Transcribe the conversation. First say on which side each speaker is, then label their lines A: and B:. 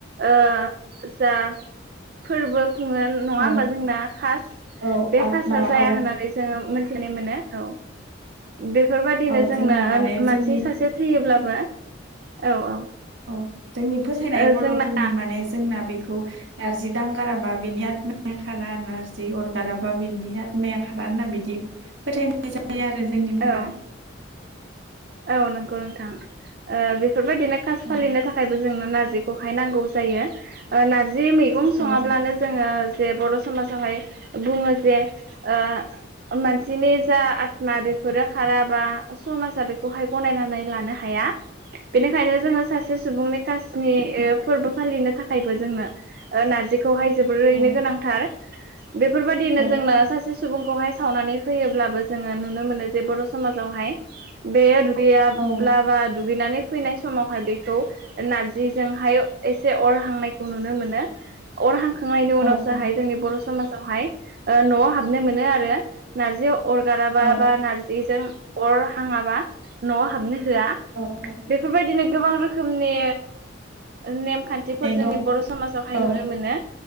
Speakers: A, on the right (about 50°); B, on the right (about 65°).
A: ओ जा फोरबो खुङो नङा
B: औ
A: ओमबा जोंना खास
B: औ
A: बे
B: आतमा
A: कासा जाया
B: औ
A: होननानै जोङो मोनथिनो मोनो औ बेफोरबादिनो
B: औ
A: जोंनो
B: जोंना माने जोंनि
A: मानसि सासे थैयोब्लाबो औ औ
B: औ जोंनि फोथायनाय
A: ओ
B: बर'फोरनि
A: जोंना
B: माने जोंना बेखौ नारजि दांगाराबा बिनि आतमाया खारा नारजि अरगाराबा बिनि आतमाया खारा होनना बिदि फोथायनाय जायो आरो जोंनिफोरा
A: औ औ नंगौ नोंथां ओ बेफोरबायदिनो कास
B: औ
A: फालिनो थाखायबो जोंनो नारजिखौहाय नांगौ जायो नारजि ओ मैगं
B: औ
A: सङाब्लानो जोङो जे बर' समाजावहाय बुङो जे ओ मानसिनि जा आतमा बेफोरो खाराबा समाजा बे खौहाय गनायनानै लानो हाया बेनिखायनो जोङो सासे सुबुंनि कासनि फोरबो फालिनो थाखायबो जोनो ओ नारजि खौहाय जोबोरैनो
B: औ
A: गोनांथार बेफोरबायदिनो
B: औ
A: जोंनो सासे सुबुंखौहाय सावनानै फैयोब्लाबो जोङो नुनो मोनो जे बर' समाजावहाय बे दुगैयाब्लाबा
B: औ
A: दुगैनानै फैनाय समावहाय बेखौ नारजिजोंहाय एसे अर हांनायखौ नुनो मोनो अर हांखांनायनि उनावसोहाय
B: औ औ
A: जोंनि बर' समाजावहाय न'आव हाबनो मोनो आरो नारजि अरगाराबा
B: औ
A: बा नारजि जेजों अर हाङाबा न'आव हाबनो होआ
B: फोथायनाय
A: बेफोरबायदिनो गोबां रोखोमनि नेम खान्थिफोर जोंनि
B: दं
A: बर' समाजावहाय
B: औ
A: नुनो मोनो